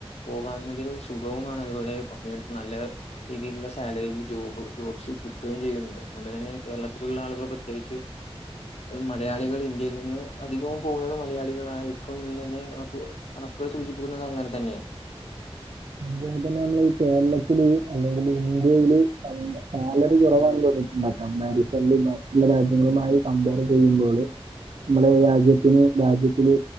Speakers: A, on the left; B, on the right.
A: പോകാനോര് സുഖവുമാണ് അതുപോലെ പണിയേടുത് നല്ല ഈ രീതിയിള്ള സാലറിൽ ജോബ് ജോബ്സ് കിട്ടുകയും ചെയ്യ്ണ്ട് അതുകൊണ്ട് തന്നെ കേരളത്തിലുള്ള ആളുകൾ പ്രത്യേകിച്ച് ആം മലയാളികൾ ഇന്ത്യയിൽ നിന്ന് അധികവും പോന്നത് മലയാളികളായിരിക്കും ഇന്നന്നെ മുക് കണ <unintelligible> സൂചിപ്പുക്കുന്നത് അങ്ങനെ തന്നെയ
B: വേതനം ഇപ്പൊ ഈ കേരളത്തില് അല്ലെങ്കിൽ ഇന്ത്യ ഇന്ത്യയിൽ നല്ല ആ ള് വ കുറവാണ് തോന്നിട്ടുണ്ട ക്കാം കമ്പാറിസം ഇല്ലെങ്കി മറ്റുള്ള രാജ്യങ്ങളുമായി കമ്പയ്ർ ചെയ്ത് കഴിയുമ്പോള് നമ്മള രാജ്യത്തിന് രാജ്യത്തില്